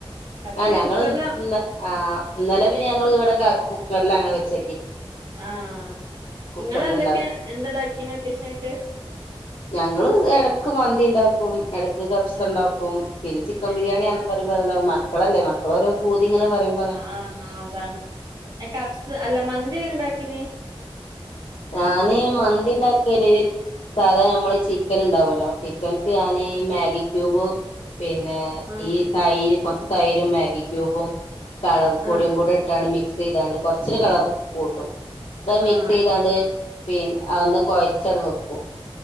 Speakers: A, on the right; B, on the left.
A: കബ്സിന്
B: ആ ഞങ്ങള്
A: കുക്കറില്
B: ഇന്ന് ആഹ് ഇന്നലെ പിന്നെ ഞങ്ങൾ ഇവിടെ കാ കുക്കർൽ അങ്ങനെ വെച്ച
A: ആഹ്
B: കുക്കറിൽ
A: ഇങ്ങളെന്തൊക്കെ
B: ഉണ്ടാക്കി
A: എന്തടാക്കി ലക്കേഷൻ ആയിട്ട്
B: ഞങ്ങള് എടക്ക് മന്തിണ്ടാക്കും എടക്ക് കഫ്സണ്ടാക്കും
A: ഏഹ്
B: പിന്നെ ചിക്കൻ
A: ഏഹ്
B: ബിരിയാണിയാണ് മക്കളല്ലേ മക്കളോരോ പൂതി ഇങ്ങനെ പറയോമ്
A: ആഹ് അതാണ് അഹ്കഫ്സ് അല്ല മന്തി എങ്ങനെ ഉണ്ടാക്കിന്?
B: ഞാന് മന്തിണ്ടാക്കല് സാധാ ഞമ്മൾ ചിക്കൻണ്ടാവല്ലോ ചിക്കൻക്ക് ഞാന് ഈ മാഗി ക്യൂബ് പിന്നെ
A: ആഹ്
B: ഈ തൈര് കൊർച് തൈരും മാഗി ക്യൂബും കളർ പൊടിയും
A: ആഹ്
B: കൂടി ഇട്ടാണ് മിക്സ് മിചെയ്താണ്ട് കൊർച്ചൊരു കളർ കൂട്ടും അത്
A: ആഹ്
B: മിക്സ് ചെയ്തണ്ട്
A: ശരി
B: പിന്നെ അഒന്ന് കൊഴച്ചട് വെക്കും